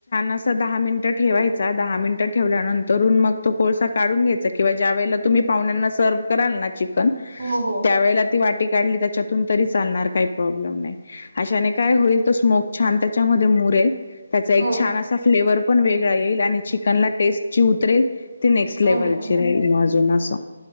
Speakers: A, on the left (about 50°); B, on the right (about 50°).
A: अस दहा मिनिट ठेवायचा. दहा मिनट ठेवल्यानंतरुण मग. तो कोळसा काढून घ्यायचा किंवा ज्या वेळेला. तुम्ही पाहुण्यांना सर्व्ह करालाना चिकन.
B: हो हो
A: त्या वेळेला ती वाटी त्यांनी त्याच्यातून तरी चालणार काही प्रॉब्लेम नाही. अशाने काय होईल. तो स्मोग छान. त्याच्यामध्ये मुरेल. त्याचा एक
B: हो
A: छान असा फ्लेवर पण वेगळा येईल. आणि चिकनला टेस्टजी उतरेल ती नेक्स्ट लेव्हलची
B: हो. हो. हो.
A: राहील मग अजून असं.